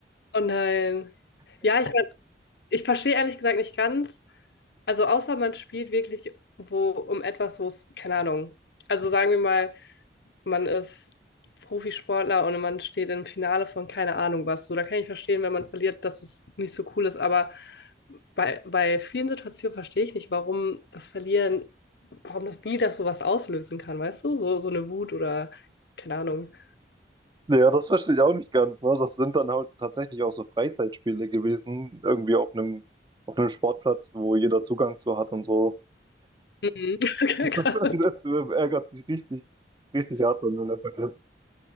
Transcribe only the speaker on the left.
Oh nein. Ja, ich, ich verstehe ehrlich gesagt nicht ganz. Also außer man spielt wirklich wo um etwas, wo es, keine Ahnung. Also sagen wir mal, man ist Profisportler und man steht im Finale von keine Ahnung was. So, da kann ich verstehen, wenn man verliert, dass es nicht so cool ist. Aber bei, bei vielen Situationen verstehe ich nicht, warum das Verlieren, warum das, wie das sowas auslösen kann, weißt du? So, so eine Wut oder keine Ahnung.
Mhm. <laughs> Okay,
krass.